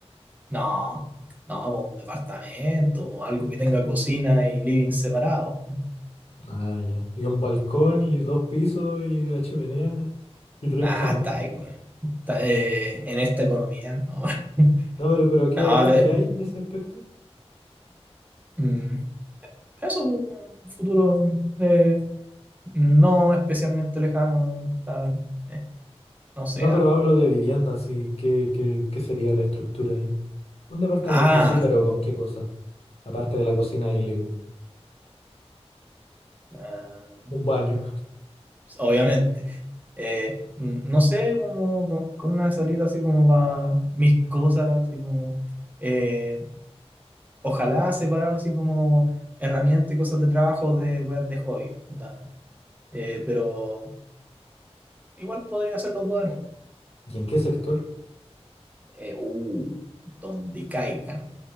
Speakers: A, on the right; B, on the left.
A: No, no, po, un departamento, po, algo que tenga cocina y living separado.
B: Ah, ya. Y un balcón y dos pisos y una chimenea y tres
A: Nah,
B: camas.
A: está ahí, güey. Está, eh, en esta economía, no. <laughs>
B: No, pero, pero ¿a qué,
A: No,
B: a qué
A: a ver,
B: aspiráis en ese aspecto?
A: mm, eso, po, un futuro eh, no especialmente lejano, tal, eh, no sé,
B: No,
A: arrendando.
B: pero hablo de vivienda, sí. ¿Qué, qué, qué sería la estructura ahí? Un departamento,
A: Ah,
B: sí, pero ¿con qué cosa? Aparte de la cocina y el living.
A: ah,
B: Un baño.
A: obviamente. Eh, n- no sé, como con, con una salida así como va mis cosas, así como eh, ojalá separado así como herramientas y cosas de trabajo de weas de hobby. onda. Eh, pero igual podría hacer los dos en uno.
B: ¿Y en qué sector?
A: Eh, uh, donde caigan.